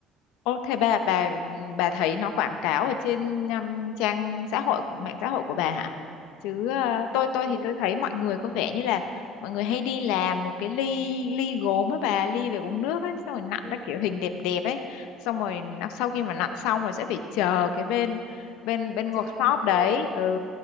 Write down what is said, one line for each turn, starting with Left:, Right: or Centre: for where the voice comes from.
Left: Ô, thế bà bà bà thấy nó quảng cáo ở trên um, trang xã hội mạng xã hội của bà hả? Chứ ờ, tôi tôi
Right: ừ
Left: thì tôi thấy mọi người có vẻ như là mọi người hay đi làm một cái ly ly gốm á bà ly về uống nước ấy xong rồi nặn
Right: ừ
Left: ra kiểu hình đẹp đẹp ấy xong rồi nó, sau khi mà nặn xong rồi sẽ phải chờ cái bên bên bên
Right: chờ
Left: workshop
Right: đúng
Left: đấy
Right: rồi họ
Left: ừ